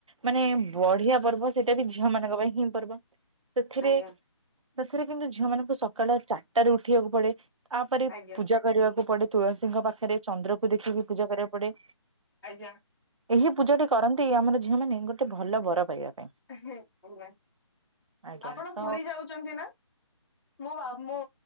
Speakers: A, on the right; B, in the centre.
A: ମାନେ ବଢିଆ ପର୍ବ ସେଇଟା ବି ଝିଅ ମାନଙ୍କ ପାଇଁ ହିଁ ପର୍ବ। ସେଥିରେ
B: ଆଜ୍ଞା
A: ସେଥିରେ କିନ୍ତୁ ଝିଅ ମାନଙ୍କୁ ସକାଳ ଚାରିଟା ରେ ଉଠିବାକୁ ପଡେ ତାପରେ
B: ଆଜ୍ଞା
A: ପୂଜା କରିବାକୁ ପଡେ ତୁଳସୀଙ୍କ ପାଖରେ ଚନ୍ଦ୍ର କୁ ଦେଖିକି ପୂଜା କରିବାକୁ ପଡେ।
B: ଆଜ୍ଞା।
A: ଏହି ପୂଜାଟି କରନ୍ତି ଆମର ଝିଅ ମାନେ ଗୋଟେ ଭଲ ବର ପାଇବା ପାଇଁ।
B: ଆଜ୍ଞା
A: ଆଜ୍ଞା
B: ଆପଣ
A: ତ
B: ପୁରୀ ଯାଉଛ ଛନ୍ତି ମୋ ମୋ